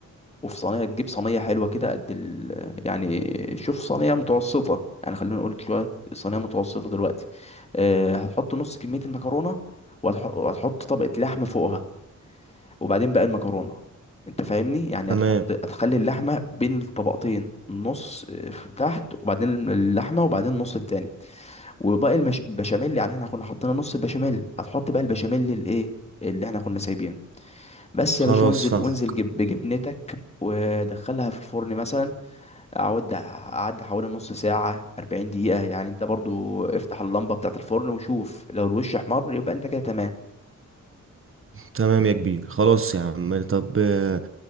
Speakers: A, on the left (about 20°); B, on the right (about 45°).
A: وفي صينية تجيب صينية حلوة كده قد ال... يعني شوف صينية متوسطة يعني خلينا نقول شوية صينية متوسطة دلوقتي آه، هتحط نص كمية المكرونة وهتح- وهتحط طبقة لحم فوقها وبعدين بقى المكرونة انت فاهمني يعني
B: تمام
A: هتحط هتخلي اللحمة بين الطبقتين نص آه، في تحت وبعدين اللحمة وبعدين النص التاني وباقي المش... البشاميل يعني احنا كنا حطينا نص البشاميل هتحط بقى البشاميل الايه اللي احنا كنا سايبينه بس
B: خلاص
A: يا باشا وانزل
B: فاهم
A: وانزل جب بجبنتك ودخلها في الفرن مثلا اقعد اعد حوالي نص ساعة 40 دقيقة يعني انت برضو افتح اللمبة بتاعة الفرن وشوف لو الوش احمر يبقى انت كده تمام
B: تمام يا كبير خلاص يا عم طب آه،